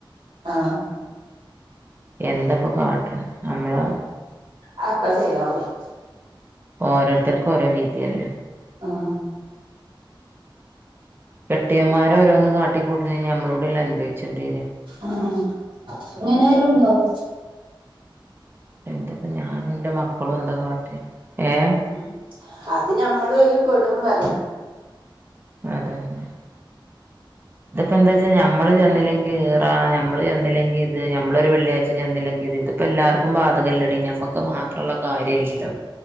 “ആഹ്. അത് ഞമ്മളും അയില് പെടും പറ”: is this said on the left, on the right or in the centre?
Right